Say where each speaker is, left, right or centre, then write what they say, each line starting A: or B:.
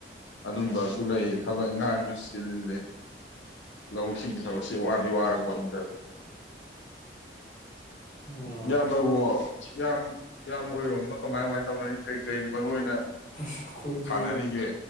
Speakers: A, on the left; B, on the left.
A: <inaudible> ꯑꯗꯨꯝꯕꯁꯨ ꯂꯩ ꯊꯕꯛ ꯏꯟꯈꯥꯡꯁꯨ ꯆꯤꯜꯂꯦ ꯂꯧꯎ ꯁꯤꯡꯒꯤ ꯊꯕꯛꯁꯦ ꯋꯥꯗꯤ ꯋꯥꯔꯄꯣꯠꯅꯤꯗ
B: ꯑꯣ
A: ꯏꯌꯝꯕꯥꯕꯨ ꯌꯥꯝ ꯏꯌꯥꯝ ꯍꯣꯏꯔꯣꯝꯗ ꯀꯃꯥꯏ ꯀꯃꯥꯏꯅ ꯇꯧꯅꯔꯤ ꯀꯩ ꯀꯔꯤ ꯃꯔꯨ ꯑꯣꯏꯅ
B: ꯑꯁ ꯑꯩꯈꯣꯏꯗꯤ
A: ꯊꯥꯅꯔꯤꯒꯦ